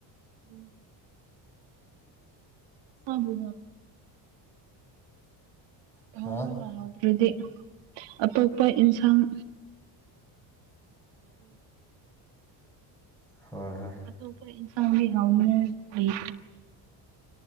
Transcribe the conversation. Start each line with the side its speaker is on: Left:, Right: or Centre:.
Right: ꯎꯝ ꯑꯕꯨ ꯊꯧ
Centre: ꯍꯥ
Right: ꯋꯥ ꯍꯧꯥꯎ꯭ꯔꯗꯤ ꯑꯇꯣꯞꯄ ꯏꯟꯁꯥꯡ
Centre: ꯍꯣꯏ ꯍꯣꯏ
Right: ꯑꯣꯈꯣꯏ ꯏꯟꯁꯥꯟꯒꯤ ꯍꯥꯎꯅ ꯂꯩ